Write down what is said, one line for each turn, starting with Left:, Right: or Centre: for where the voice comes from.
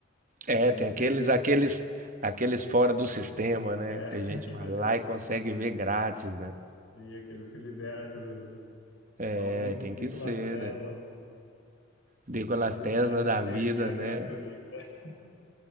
Right: É,
Left: aí
Right: tem
Left: você,
Right: aqueles, aqueles, aqueles fora do sistema, né?
Left: é,
Right: Que a gente
Left: <laughs> aqueles,
Right: vai lá
Left: é,
Right: e consegue ver grátis, né?
Left: e aqueles que libera tudo, igual
Right: É,
Left: o Nic-
Right: tem
Left: Nikola
Right: que ser,
Left: Tesla,
Right: né? Nikolas
Left: libera
Right: Tesla da
Left: energia
Right: vida, né?
Left: gratuita <laughs>